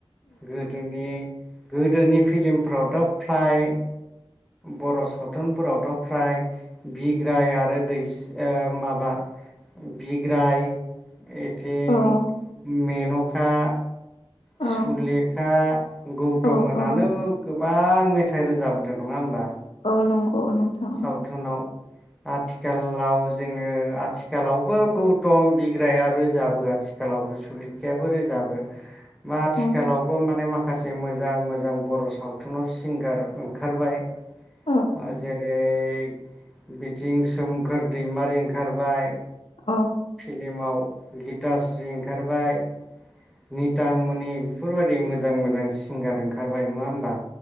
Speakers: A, in the centre; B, on the left (about 75°).
A: गोदोनि। गोदोनि फिलिमफ्रावथ' फ्राय बर' सावथुनफोरावथ' फ्राय बिग्राय आरो दैस ओ माबा बिग्राय। एथिं।
B: औ
A: मेन'खा। सुलेखा
B: औ
A: गौतम
B: औ
A: मोनानो
B: औ
A: गो गोबां मेथाइ रोजाबोदों नङा होमबा।
B: औ नंगौ नोंथां।
A: सावथुनाव आथिखालाव जोङो आथिखालावबो गौतम बिग्राया रोजाबो आथिखालावबो सुलेखायाबो रोजाबो। बा आथिखालावबो
B: औ
A: माने माखा माखासे मोजां मोजां बर' सावथुनाव सिंगार ओंखारबाय।
B: औ
A: अ जे <unintelligible> बिथिं सोमखोर दैमारि ओंखारबाय।
B: औ।
A: फ्लिमाव गितास्रि ओंखारबाय नितामुनि बेफोरबायदि मोजां मोजां सिंगार ओंखारबाय नङा होमबा।